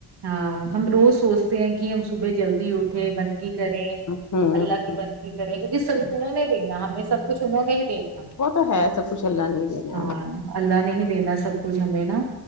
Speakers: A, on the right (about 70°); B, on the left (about 45°).
A: ہاں ہم روز سوچتے ہیں کہ ہم صبح جلدی اٹھے بندگی کریں
B: ہ ہ
A: اللہ کی بندگی کریں گے جس سب انہوں دینا ہمیں سب کچھ انہوں نے ہی دینا
B: وہ تو ہے سب کچھ اللہ نہیں دینا
A: ہاں
B: ہے
A: اللہ نے ہی دینا سب کچھ ہمیں نا